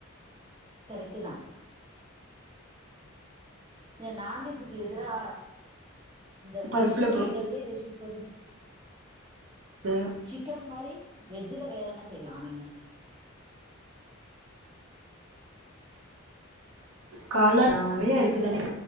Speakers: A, on the right; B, on the right.
A: கரெக்ட்டுதா இல்ல நான்வெஜ்ஜூக்கு எதிரா இந்த
B: பருப்புல
A: டிஷ்ஷுக்கு
B: ப்ரோ
A: இத விட இது ‌சூப்பரு
B: து
A: சிக்கன் மாரி வெஜ்ஜில வேற என்ன செய்யலா நீங்க
B: காளான் நறையா இருக்குது
A: சிஸ்டர்